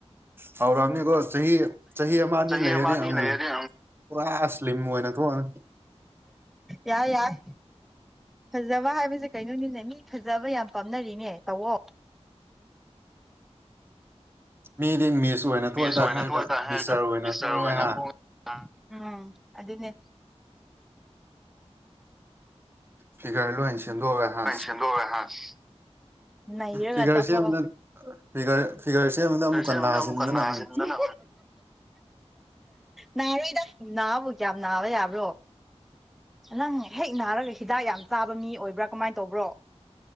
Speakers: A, on the right; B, in the centre.
A: ꯍꯥꯎ ꯔꯝꯅꯤꯒꯣ ꯆꯍꯤ ꯆꯍꯤ ꯑꯃ ꯑꯅꯤ
B: ꯆꯍꯤ
A: ꯂꯩꯔꯗꯤ
B: ꯑꯃ ꯑꯅꯤ
A: ꯎꯝ
B: ꯂꯩꯔꯗꯤ
A: ꯄꯨꯔꯥ ꯁ꯭ꯂꯤꯝ ꯑꯣꯏꯅ ꯊꯣꯛꯑꯅꯤ
B: ꯌꯥꯢ ꯌꯥꯢ ꯐꯖꯕ ꯍꯥꯏꯕꯁꯦ ꯀꯩꯅꯣꯅꯤꯅꯦ ꯃꯤ ꯐꯖꯕ ꯌꯥꯝ ꯄꯥꯝꯅꯔꯤꯅꯦ ꯇꯧꯑꯣ
A: ꯃꯤꯗꯤ ꯃꯤꯁ ꯑꯣꯏꯅ ꯊꯣꯛꯑꯦꯗꯥ
B: ꯃꯤꯁ ꯑꯣꯏꯅ
A: ꯍꯥꯏꯔꯒ
B: ꯊꯣꯛꯑꯇꯥ
A: ꯃꯤꯁꯇꯔ ꯑꯣꯏꯅ
B: ꯃꯤꯁꯇꯔ
A: ꯊꯣꯛꯑꯦ
B: ꯑꯣꯏꯅ
A: ꯍꯥ <unintelligible>
B: ꯊꯣꯛ ꯎꯝ ꯑꯗꯨꯅꯦ
A: ꯐꯤꯒꯔ ꯂꯣꯏꯅꯁꯤ ꯁꯦꯝꯗꯣꯛꯑꯒꯦ ꯍꯥ
B: ꯅꯪ ꯁꯦꯝꯗꯣꯛꯑꯒ ꯍꯥꯁ ꯅꯩꯔꯒ
A: ꯐꯤꯒꯔ
B: ꯇꯧꯊꯣꯛꯑꯣ
A: ꯁꯦꯝꯕꯗ ꯐꯤꯒꯔ ꯐꯤꯒꯔ ꯁꯦꯝ ꯑꯃꯗ ꯑꯃꯨꯛꯀ
B: ꯁꯦꯝꯕꯗ
A: ꯅꯥꯁꯤꯟꯗꯅ
B: ꯑꯃꯨꯛꯀ ꯅꯥꯁꯤꯟꯗꯅ
A: ꯎꯝ
B: ꯅꯥꯔꯣꯏꯗ ꯅꯥꯕꯨ ꯀꯌꯥꯝ ꯅꯥꯕ ꯌꯥꯕ꯭ꯔꯣ ꯅꯪ ꯍꯦꯛ ꯅꯥꯔꯒ ꯍꯤꯗꯥꯛ ꯌꯥꯝ ꯆꯥꯕ ꯃꯤ ꯑꯣꯏꯕ꯭ꯔꯥ ꯀꯃꯥꯏꯅ ꯇꯧꯕ꯭ꯔꯣ